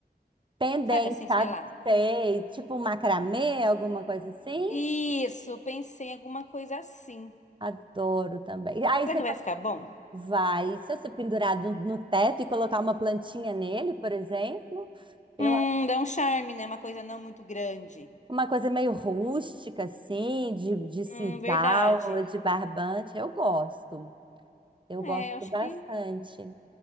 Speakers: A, on the right; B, on the left.
A: pendente,
B: Sabe assim,
A: sabe?
B: sei lá.
A: Sei, tipo macramê, alguma coisa assim.
B: Isso, pensei em alguma coisa assim.
A: Adoro também. Aí
B: Será
A: você
B: que
A: pode-
B: vai ficar bom?
A: vai, se você pendurar no, no teto e colocar uma plantinha nele, por exemplo, eu
B: Hum,
A: acho
B: dá um charme, né? Uma coisa não muito grande.
A: uma coisa meio rústica, assim, de, de
B: Hum,
A: sisal,
B: verdade.
A: ou de barbante, eu gosto. Eu
B: É,
A: gosto
B: eu acho
A: bastante.
B: que